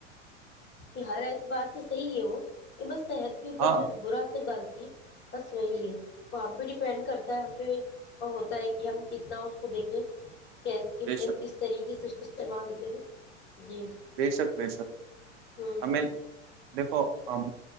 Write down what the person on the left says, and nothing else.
یہ ہر اعتبار سے صحیح ہے وہ کہ بس صحت کے اوپر
جو برا اثر ڈالتی بس وہی ہے وہ ہم پہ ڈیپینڈ کرتا ہے ہم پہ وہ ہوتا ہے کہ ہم کتنا اس کو دیکھیں کتنے
کس طریقے سے استعمال کریں جی
ہوں